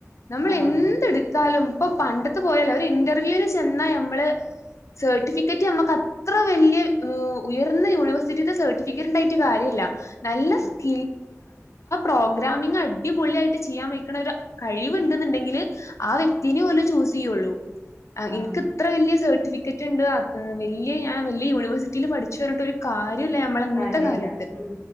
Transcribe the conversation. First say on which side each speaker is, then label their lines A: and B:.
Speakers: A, on the left; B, on the left.
A: നമ്മൾ
B: ആഹ്
A: എന്തെടുക്കാലും ഇപ്പൊ പണ്ടത്തെ പോയാല ഇന്റർവ്യൂൽ ചെന്നാ നമ്മള് സർട്ടിഫിക്കറ്റ് നമ്മുക്ക് അത്ര വലിയ ഉയർന്ന യൂണിവേഴ്സിറ്റിയുടെ സർട്ടിഫ ട്ട് കാര്യല്ല നല്ല
B: ആഹ്
A: സ്ക പ്രോഗ്രാമിംഗ അടിപൊളിയ ആയിട്ട് ചെയ്യാൻ വെക്കണ ഒരു കഴിവ്ണ്ടെന്നുണ്ടെങ്കില് ആ വ്യക്തിെ പോല ചൂസേയുള്ളു അ
B: ആഹ്
A: നിൻക് ഇത്ര വലിയ സർട്ടിഫിക്കറ്റ് ഉണ്ട് വലിയ ഞാൻ വലിയ യൂണിവേഴ്സിറ്റിയിൽ പഠിച്ചു പറഞ്ഞിട്ട് ഒരു കാര്യമല്ലേ നമ്മള ഇന്നത്തെ
B: കാര്യല്ല
A: കാലത്ത്
B: ഉം